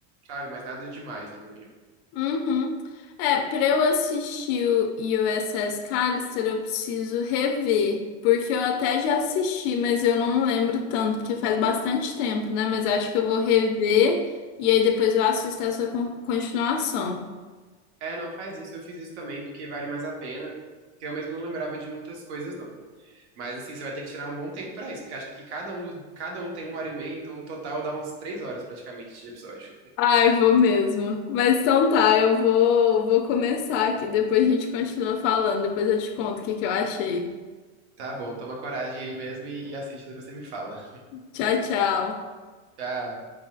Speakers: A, on the right; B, on the left.
A: sabe? Mas nada demais, na minha opinião.
B: Uhum. É, pra eu assistir o U S S Callister, eu preciso rever. Porque eu até já assisti, mas eu não lembro tanto, porque faz bastante tempo, né? Mas acho que eu vou rever e aí depois eu assisto essa con- continuação.
A: É, não faz isso, eu fiz isso também, porque vale mais a pena. Porque eu mesmo não lembrava de muitas coisas, não. Mas assim, você vai ter que tirar um bom tempo pra isso, porque acho que cada um, do- cada um tem uma hora e meia, então no total dá umas três horas praticamente de episódio.
B: Ai, vou mesmo. Mas então tá, eu vou, vou começar aqui. Depois a gente continua falando. Depois eu te conto o que que eu achei.
A: Tá bom, toma coragem aí mesmo e, e assiste, depois você me fala.
B: Tchau, tchau.
A: Tchau.